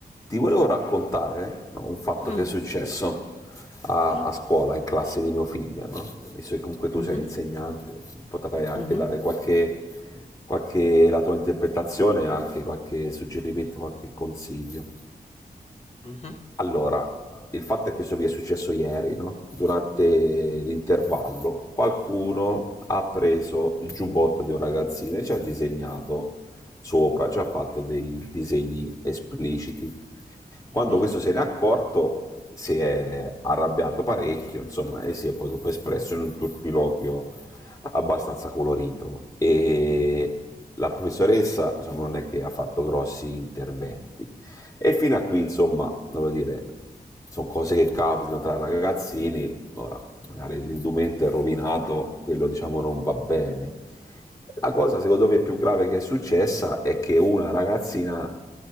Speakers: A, on the left; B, on the left.
A: Ti volevo raccontare no, un fatto
B: Mh.
A: che è successo a,
B: Ah.
A: a scuola, in classe di mio figlio, no? visto che comunque tu
B: Mh-mh,
A: sei insegnante, potrai anche
B: mh-mh,
A: dare qualche, qualche- la tua interpretazione, anche qualche suggerimento, qualche consiglio.
B: mh-mh,
A: Allora, il fatto è che questo vi è successo ieri, no? durante l'intervallo, qualcuno ha preso il giubbotto di un ragazzino e ci ha disegnato sopra, ci ha fatto dei disegni espliciti.
B: mh-mh,
A: Quando questo se n'è accorto si è arrabbiato parecchio, insomma, e si è poi dopo espresso in un turpiloquio abbastanza colorito. E la professoressa insomma, non è che ha fatto grossi interventi. E fino a qui, insomma, devo dire, sono cose che capitano tra ragazzini. Ora, magari l'indumento è rovinato, quello diciamo non va bene. La cosa secondo me più grave che è successa è che una ragazzina